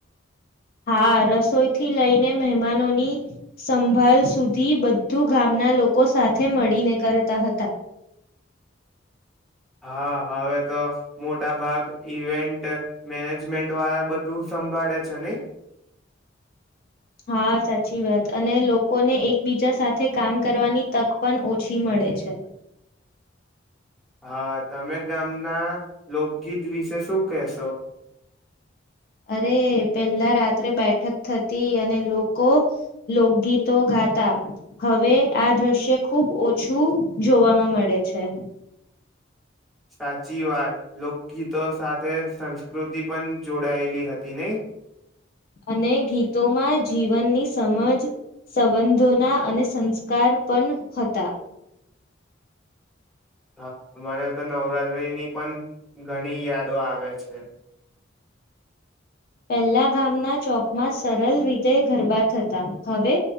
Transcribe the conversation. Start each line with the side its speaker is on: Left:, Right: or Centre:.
Left: હા રસોઈથી લઈને મહેમાનોની સંભાળ સુધી બધું ગામના લોકો સાથે મળીને કરતા હતા.
Centre: હા હવે તો મોટા ભાગ ઈવેન્ટ મેનેજમેન્ટ વાળા બધું સંભાળે છે નહી.
Left: હા સાચી વાત અને લોકોને એકબીજા સાથે કામ કરવાની તક પણ ઓછી મળે છે.
Centre: હા તમે ગામના લોકગીત વિશે શું કહેશો.
Left: અરે પેલા રાત બેઠક થતી અને લોકો લોકગીતો ગાતા હવે આ દ્રશ્ય ખુબ ઓછું જોવામાં મળે છે.
Centre: સાચી વાત લોકગીતો સાથે સંસ્કૃતિ પણ જોડાયેલી હતી નહિ.
Left: અને ગીતોમાં જીવનની સમજ સંબંધોના અને સંસ્કાર પણ હતા.
Centre: હા મને તો નવરાત્રીની પણ ઘણી યાદો આવે છે.
Left: પહેલા ગામના ચોકમાં સરળ રીતે ગરબા થતા હવે